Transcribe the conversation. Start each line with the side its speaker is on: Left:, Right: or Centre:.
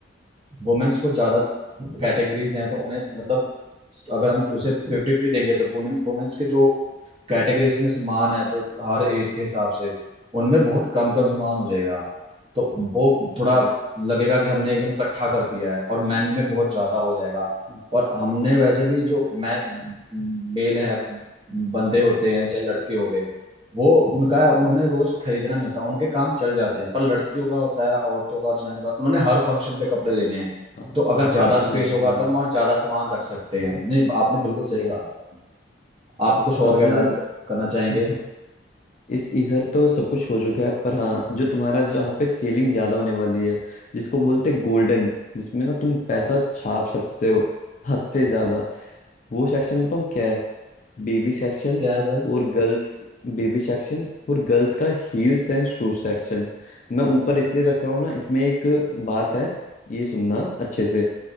Right: वुमेन्स को ज्यादा कैटेगरीज हैं तो उन्हें मतलब अगर हम उसे फिफ्टी फिफ्टी देंगे तो वुमेन्स के जो कैटेगरीज में सामान है जो हर एज के हिसाब से उनमें बहुत कम कम सामान हो जाएगा तो वो
Left: लगती
Right: थोड़ा
Left: है,
Right: लगेगा कि हमने एकदम इकट्ठा कर दिया है और मैन में बहुत ज्यादा हो जाएगा
Left: हम्म,
Right: और हमने वैसे भी जो मैं मेल है बंदे होते हैं चाहे लड़के हो गए वो
Left: हम्म,
Right: उनका है उन्होंने रोज खरीदना नहीं होता उनके काम चल जाते हैं पर लड़कियों का होता है औरतों का जनानियों का उन्होंने हर फंक्शन पे कपड़े लेने हैं
Left: हाँ,
Right: तो अगर
Left: हर
Right: ज्यादा
Left: फंक्शन
Right: स्पेस
Left: में लेना
Right: होगा
Left: ही लेना
Right: तब वहां ज्यादा सामान रख सकते हैं नहीं आपने बिल्कुल सही
Left: यस
Right: कहा आप कुछ
Left: अब
Right: और क्या ऐड करना
Left: <laughs>
Right: चाहेंगे
Left: इस इधर तो सब कुछ हो चुका है पर हाँ जो तुम्हारा जहाँ पे सेलिंग ज्यादा होने वाली है जिसको बोलते हैं गोल्डन जिसमें ना तुम पैसा छाप सकते हो हद से ज्यादा वो सेक्शन बताऊँ क्या है बेबी सेक्शन
Right: क्या है भाई
Left: और गर्ल्स बेबी सेक्शन और गर्ल्स का हील्स एंड शूज सेक्शन मैं ऊपर इसलिए रख रहा हूँ ना इसमें एक बात है ये सुनना अच्छे से